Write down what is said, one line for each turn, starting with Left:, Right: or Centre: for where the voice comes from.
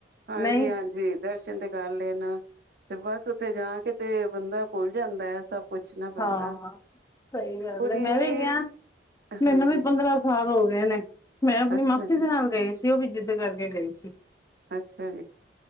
Right: ਹਾਂਜੀ
Left: ਨਹੀਂ
Right: ਹਾਂਜੀ ਦਰਸ਼ਨ ਤੇ ਕਰ ਲੈਣ ਤੇ ਬਸ ਉੱਥੇ ਜਾ ਕੇ ਤੇ ਬੰਦਾ ਭੁੱਲ ਜਾਂਦਾ ਹੈ ਸਭ ਕੁਛ ਨਾ ਬੰਦਾ
Left: ਹਾਂ, ਸਹੀ ਗੱਲ
Right: ਔਰ
Left: ਹੈ ਮੈਂ
Right: ਇੰਨੇ
Left: ਵੀ ਗਿਹਾ ਮੈਨੂੰ
Right: ਹਾਂਜੀ
Left: ਵੀ ਪੰਦਰਾਂ ਸਾਲ ਹੋਗੇ ਨੇ। ਮੈਂ ਆਪਣੀ
Right: ਅੱਛਾ
Left: ਮਾਸੀ
Right: ਜੀ
Left: ਦੇ ਨਾਲ ਗਈ ਸੀ ਉਹ ਵੀ ਜਿੱਦ ਕਰਕੇ ਗਈ। ਅੱਛ
Right: ਅੱਛਾ ਜੀ,